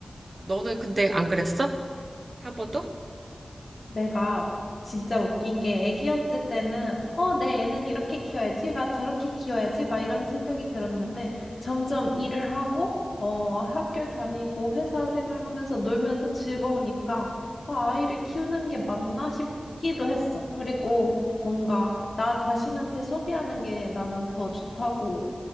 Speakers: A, on the right; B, on the left.
A: 너는 근데 안 그랬어? 한 번도?
B: 내가 진짜 웃긴 게 애기였을 때는 어, 내 애는 이렇게 키워야지, 막 저렇게 키워야지, 막 이런 생각이 들었는데 점점 일을 하고 어, 학교 다니고 회사 생활하면서 놀면서 즐거우니까 아, 아이를 키우는 게 맞나 싶기도 했어. 그리고 뭔가 나 자신한테 소비하는 게 나는 더 좋다고